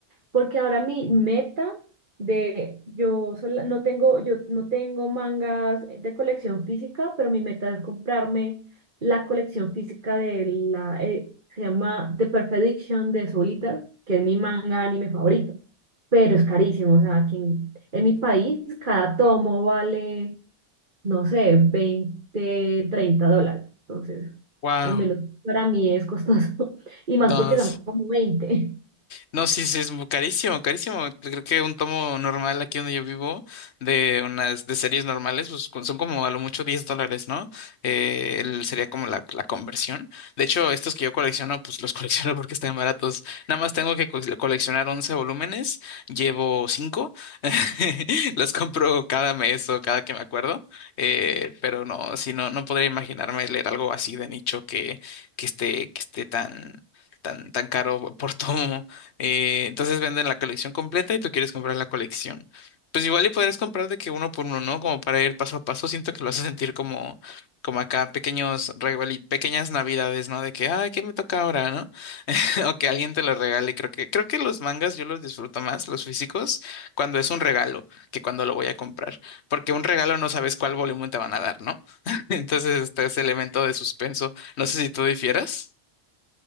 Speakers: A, on the right; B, on the left.
A: porque ahora mi meta de yo sola- no tengo yo no tengo mangas de colección física, pero mi meta es comprarme la colección física de la eh, se llama The Perfect Diction de Solitaire, que es mi manga anime favorito, pero es carísimo, o sea, aquí en, en mi país cada tomo vale, no sé, 20 30 dólares, entonces
B: Wow,
A: al menos para mí es costoso <laughs> y más
B: no.
A: porque son como veinte
B: No, sí, sí, es mu- carísimo, carísimo. Creo que un tomo normal aquí donde yo vivo, de unas, de series normales, pues con- son como a lo mucho 10 dólares, ¿no? Eh, el- sería como la, la conversión. De hecho, estos que yo colecciono, pues los <laughs> colecciono porque están baratos. Nada más tengo que co- coleccionar 11 volúmenes, llevo 5 <laughs> los compro cada mes o cada que me acuerdo. Eh, pero no, sí, no, no podría imaginarme leer algo así de nicho que, que esté, que esté tan, tan, tan caro por <laughs> tomo. Eh, entonces venden la colección completa y tú quieres comprar la colección. Pues igual y podrías comprar de que uno por uno, ¿no? Como para ir paso a paso. Siento que lo hace sentir como, como acá pequeños regali- pequeñas navidades, ¿no? De que, ah, ¿qué me toca ahora, no? <laughs> O que alguien te lo regale. Creo que, creo que los mangas yo los disfruto más, los físicos, cuando es un regalo, que cuando lo voy a comprar. Porque un regalo no sabes cuál volumen te van a dar, ¿no? <laughs> Entonces está ese elemento de suspenso. No sé si tú difieras.